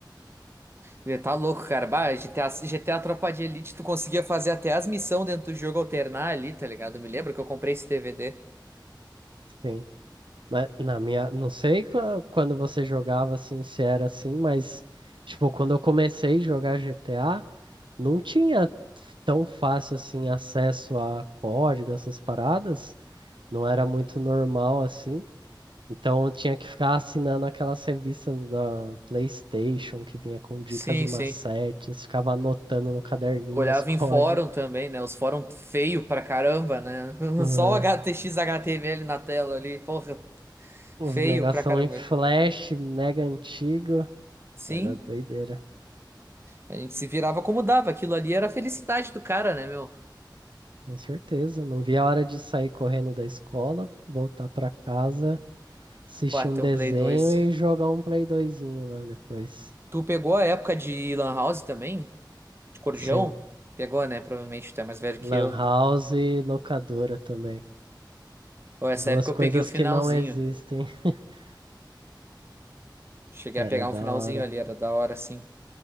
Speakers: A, on the right; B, on the right.
A: Você tá louco, cara. Bah, GTA, GTA Tropa de Elite, tu conseguia fazer até as missões dentro do jogo alternar ali, tá ligado? Me lembro que eu comprei esse DVD.
B: sim. Mas na minha, não sei qua- quando você jogava assim, se era assim, mas tipo, quando eu comecei a jogar GTA, não tinha tão fácil assim acesso a código, essas paradas. não era muito normal assim. Então eu tinha que ficar assinando aquelas revistas da PlayStation que vinha com dicas
A: Sim,
B: e macetes,
A: sim.
B: ficava anotando no caderninho
A: Olhava
B: os <laughs> códigos.
A: em fórum também, né? Os fórum feio pra caramba, né? <laughs>
B: É,
A: Só o HTX HTML na tela ali, porra,
B: Uns
A: feio
B: negação
A: pra caramba.
B: em flash, mega antigo.
A: Sim,
B: Era doideira,
A: a gente se virava como dava. Aquilo ali era a felicidade do cara, né, meu?
B: com certeza. Não via a hora de sair correndo da escola, voltar pra casa, assistir
A: Bateu
B: um desenho
A: um Play dois
B: e jogar um Play doisinho lá depois.
A: Tu pegou a época de Lan House também? De Corujão?
B: Sim,
A: Pegou, né? Provavelmente tu é mais velho
B: Lan
A: que eu.
B: House e locadora também.
A: Bom, essa
B: Duas
A: época eu
B: coisas
A: peguei o finalzinho.
B: que não existem. <laughs>
A: Cheguei
B: Era
A: a pegar
B: da
A: um finalzinho
B: hora.
A: ali, era da hora, sim.